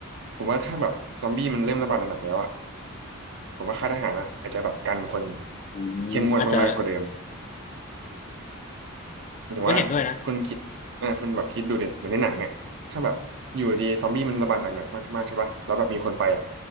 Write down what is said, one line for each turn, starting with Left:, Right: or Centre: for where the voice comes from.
Right: ผมว่าถ้าแบบซอมบี้มันเริ่มระบาดหนักๆแล้วอ่ะผมว่าค่ายทหารอะอาจจะแบบกันคน
Left: อืมอาจจะ
Right: เข้มงวดมากๆกว่าเดิมหมายถึงว่าคุณคิดอ่าคุณแบบคิดดูดิเหมือนในหนังเนี่ยถ้าแบบอยู่ดีซอมบี้มันระบาดหนักๆมากๆใช่ปะแล้วแบบมีคนไปอ่ะ
Left: ผมก็เห็นด้วยนะ